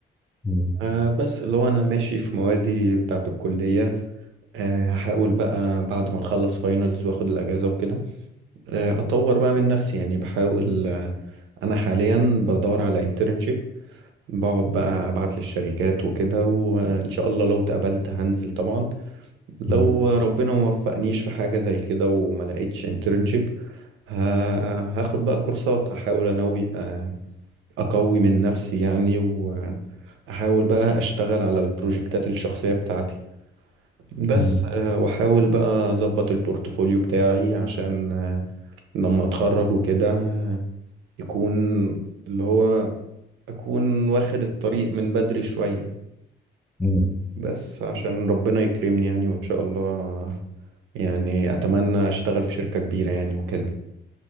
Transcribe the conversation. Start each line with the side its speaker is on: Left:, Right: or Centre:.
Centre: مم.
Right: آه بس اللي هو أنا ماشي في موادي بتاعة الكلية آه هحاول بقى بعد ما نخلص فاينلز وآخد الأجازة وكده آه أطور بقى من نفسي يعني بحاول آه، أنا حاليا بدور على internship بقعد بقى ابعت للشركات وكده وان شاء الله لو اتقبلت هنزل طبعا لو
Centre: مم.
Right: ربنا ما وفقنيش في حاجة زي كده وما لقيتش انترنشيب هاخد بقى كورسات هحاول انوي آه، اقوي من نفسي يعني واحاول بقى اشتغل على البروجكتات الشخصية بتاعتي بس
Centre: مم.
Right: آه، واحاول بقى اظبط البورتفوليو بتاعي عشان آه، لما اتخرج وكده آه، يكون اللي هو اكون واخد الطريق من بدري شوية
Centre: مم.
Right: بس عشان ربنا يكرمني يعني وإن شاء الله يعني أتمنى أشتغل في شركة كبيرة يعني وكده